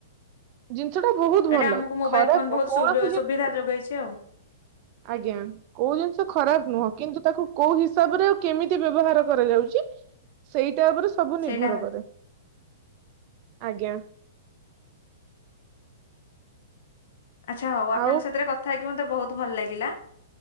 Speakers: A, on the right (about 40°); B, on the left (about 65°).
A: ଯେ ସେଟା ବହୁତ
B: ଏଇଟା
A: ଭଲ
B: ଆମକୁ ମୋବାଇଲ
A: ଖରାପ
B: ଫୋନ ବହୁତ
A: କ-କୌଣସି ଜିନିଷ
B: ସୁବିଧା ଯୋଗେଇଛି ଆଉ।
A: ଆଜ୍ଞା, କୋଉ ଜିନିଷ ଖରାପ ନୁହଁ କିନ୍ତୁ ତାକୁ କୋଉ ହିସାବରେ ଆଉ କେମିତି ବ୍ୟବହାର କରାଯାଉଚି। ସେଇଟା ଉପରେ ସବୁ
B: ସେଇଟା
A: ନିର୍ଭର କରେ। ଆଜ୍ଞା।
B: ଆଚ୍ଛା ହଉ ଆପଣଙ୍କ
A: ଆଉ
B: ସାଥିରେ କଥା ହେଇକି ମୋତେ ବହୁତ ଭଲ ଲାଗିଲା।